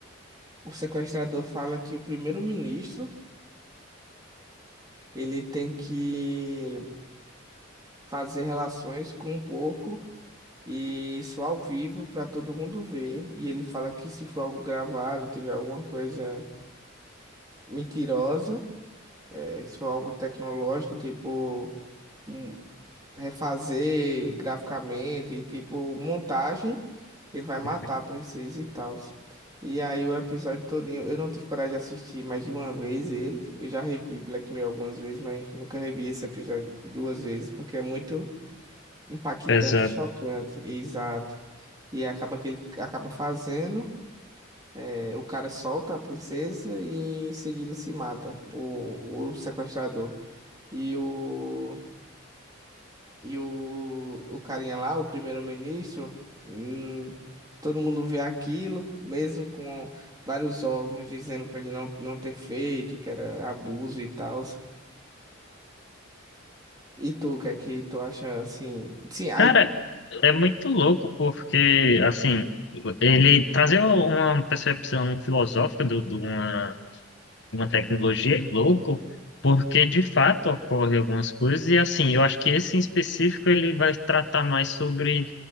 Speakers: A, on the right; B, on the left.
A: o sequestrador fala que o primeiro-ministro, ele tem que fazer relações com um porco e isso ao vivo para todo mundo ver, e ele fala que se for algo gravado, tiver alguma coisa mentirosa, eh, se for algo tecnológico, tipo um refazer graficamente, e, tipo, montagem, ele vai matar
B: uhum,
A: a princesa e tal. E aí o episódio todinho, eu não tive coragem de assistir mais de uma vez ele. Eu já revi Black Mirror algumas vezes, mas nunca revi esse episódio duas vezes, porque é muito impactante
B: Pesado.
A: e chocante. Exato. E acaba que ele acaba fazendo, é, o cara solta a princesa e em seguida se mata, o, o sequestrador. E o E o, o carinha lá, o primeiro-ministro, hum, todo mundo vê aquilo, mesmo com vários órgãos dizendo pra ele não, não ter feito, que era abuso e tal. E tu, o que é que tu acha assim? Sim, aí.
B: Cara, é muito louco porque, assim, ele trazer uma percepção filosófica do- de uma, uma tecnologia é louco, porque de fato ocorrem algumas coisas, e assim, eu acho que esse em específico ele vai tratar mais sobre